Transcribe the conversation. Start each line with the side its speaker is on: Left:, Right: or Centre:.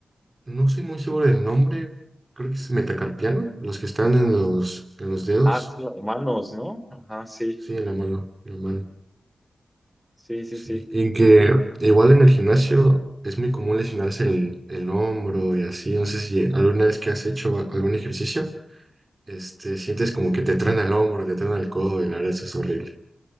Right: no soy muy seguro del nombre, creo que es metacarpiano, los que están en los, en los dedos.
Centre: Ah, son las manos, ¿no? Ajá, sí.
Right: Sí, en la mano, en la mano.
Centre: Sí, sí,
Right: Sí,
Centre: sí.
Right: y en que igual en el gimnasio es muy común lesionarse el, el hombro y así. No sé si alguna vez que has hecho a- algún ejercicio, este, sientes como que te traen el hombro, te traen el codo y la verdad eso es horrible.